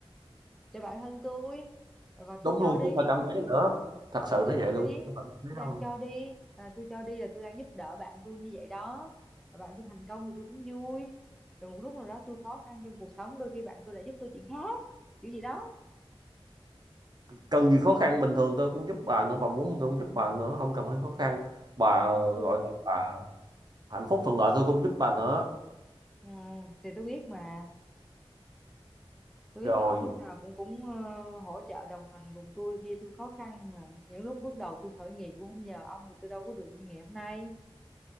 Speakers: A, in the centre; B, on the right.
A: cho bản thân tôi và
B: đúng
A: tôi cho
B: luôn
A: đi
B: chứ không phải cảm thấy nữa thật
A: ừ
B: sự
A: tôi
B: nó
A: cho
B: vậy
A: đi
B: luôn Chứ không phải cảm thấy
A: tôi đang
B: đâu
A: cho đi à, tôi cho đi là tôi đang giúp đỡ bạn tôi như vậy đó và bạn tôi thành công thì tôi cũng vui rồi một lúc nào đó tôi khó khăn trong cuộc sống đôi khi bạn tôi lại giúp tôi chuyện khác kiểu gì đó
B: cần gì khó khăn bình thường tôi cũng giúp bà nữa bà muốn tôi cũng giúp bà nữa không cần phải khó khăn bà
A: Mà không tôi
B: gọi là bà hạnh phúc thuận lợi tôi cũng giúp bà nữa
A: ừ, thì tôi biết mà tôi
B: rồi
A: biết là ông lúc nào cũng cũng ờ, hỗ trợ đồng hành cùng tôi khi tôi khó khăn mà những lúc bước đầu tôi khởi nghiệp cũng không nhờ ông thì tôi đâu có được như ngày hôm nay